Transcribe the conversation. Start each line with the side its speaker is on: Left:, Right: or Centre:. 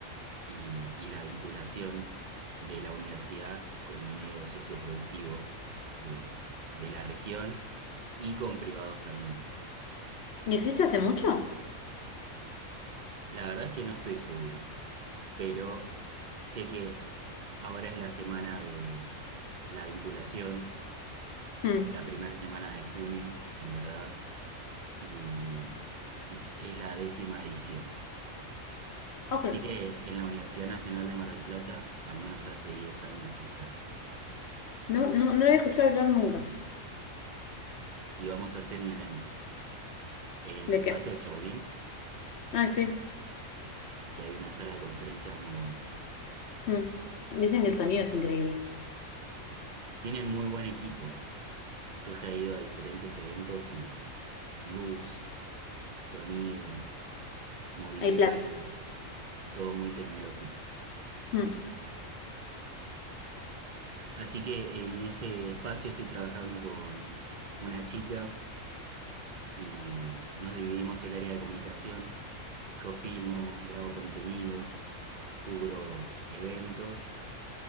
Right: y, y la vinculación de la universidad con el medio socioproductivo de, de la región y con privados también.
Left: ¿Y existe hace mucho?
Right: La verdad es que no estoy seguro, pero sé que ahora es la semana de la vinculación,
Left: Mm,
Right: la primera semana de junio, en verdad y, y s- es la décima edición.
Left: Ok.
Right: Así que en la Universidad Nacional de Mar del Plata, al menos hace 10 años que está.
Left: No, no, no lo he escuchado hablar nunca.
Right: Y vamos a hacer un evento en
Left: ¿De
Right: Espacio
Left: qué?
Right: Chauvin,
Left: Ah, sí.
Right: que hay una sala de conferencias muy buena.
Left: Mm. Dicen que el sonido es increíble.
Right: Tienen muy buen equipo ahí. Yo ya he ido a diferentes eventos y luz, sonido, mobiliario,
Left: Hay plata.
Right: todo muy tecnológico.
Left: Mm,
Right: Así que en ese espacio estoy trabajando con una chica y nos dividimos el área de comunicación. Yo filmo, grabo contenido, cubro eventos